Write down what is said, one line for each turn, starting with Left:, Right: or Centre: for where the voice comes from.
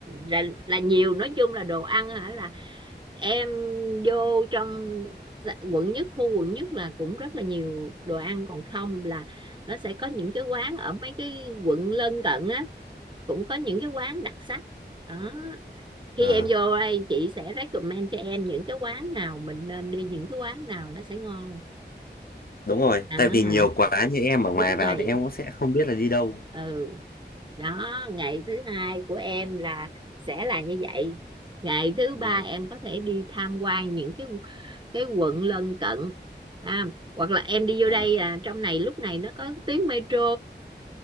Right: là, là nhiều nói chung là đồ ăn hả là em vô trong dạ- quận nhất khu quận nhất là cũng rất là nhiều đồ ăn còn không là nó sẽ có những cái quán ở mấy cái quận lân cận á cũng có những cái quán đặc sắc đó khi
Left: à
Right: em vô đây chị sẽ recommend cho em những cái quán nào mình nên đi những cái quán nào nó sẽ ngon
Left: đúng rồi
Right: à
Left: tại vì nhiều quá như em ở ngoài
Right: đúng
Left: vào
Right: rồi
Left: thì em cũng sẽ không biết là đi đâu
Right: ừ đó ngày thứ hai của em là sẽ là như vậy ngày thứ ba
Left: vâng
Right: em có thể đi tham quan những cái cái quận lân cận à, hoặc là em đi vô
Left: à
Right: đây là trong này lúc này nó có tuyến metro